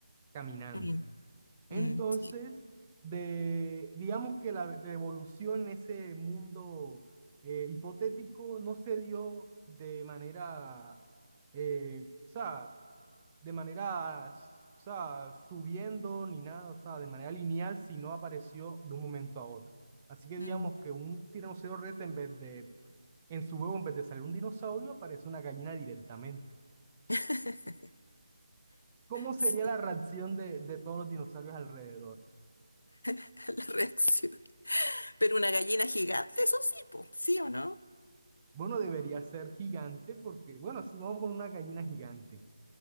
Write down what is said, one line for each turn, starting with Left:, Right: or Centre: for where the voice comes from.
Right: caminando.
Left: Mm,
Right: Entonces,
Left: mm, sí,
Right: de, digamos que la, la evolución en ese mundo eh, hipotético no se dio de manera, eh, o sea, de manera, o sea, subiendo ni nada, o sea, de manera lineal, si no apareció de un momento a otro. Así que
Left: mm,
Right: digamos que un tiranosaurio rex en vez de, en su huevo, en vez de salir un dinosaurio, aparece una gallina directamente.
Left: <laughs>
Right: ¿Cómo sería
Left: sí,
Right: la reacción de, de todos los dinosaurios alrededor?
Left: <laughs> la reacción. Pero una gallina gigante, eso sí, po, ¿sí o no?
Right: Bueno, debería ser gigante porque, bueno, si vamos con una gallina gigante.